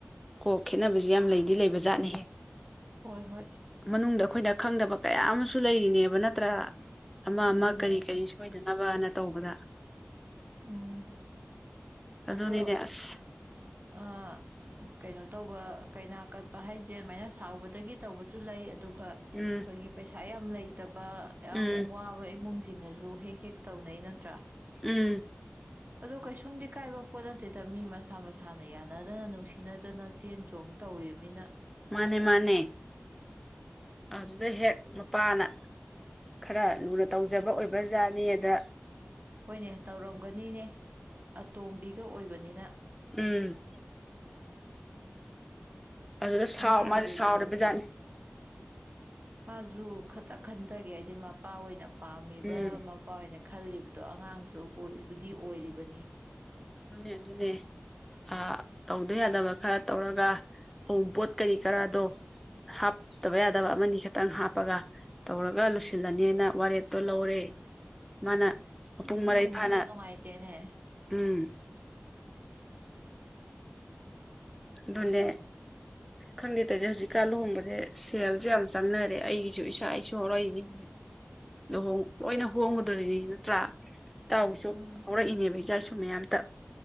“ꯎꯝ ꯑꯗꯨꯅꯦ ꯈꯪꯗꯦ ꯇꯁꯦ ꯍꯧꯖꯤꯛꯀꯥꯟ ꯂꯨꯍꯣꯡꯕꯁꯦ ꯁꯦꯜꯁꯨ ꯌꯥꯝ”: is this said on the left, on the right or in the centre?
Centre